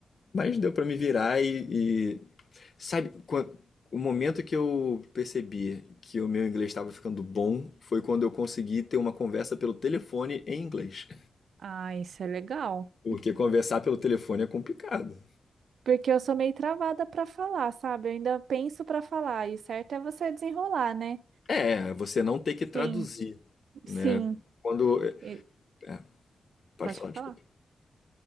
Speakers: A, on the left (about 55°); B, on the right (about 85°).
A: mas deu para me virar e, e sabe, quan- o momento que eu percebi que o meu inglês estava ficando bom foi quando eu consegui ter uma conversa pelo telefone em inglês.
B: Ah, isso é legal.
A: Porque conversar pelo telefone é complicado.
B: Porque eu sou meio travada pra falar, sabe? Eu ainda penso pra falar, e o certo é você desenrolar, né?
A: É, você não ter que traduzir,
B: Sim,
A: né?
B: sim.
A: Quando. É,
B: E-
A: é, pode
B: Pode
A: falar, desculpa.
B: falar.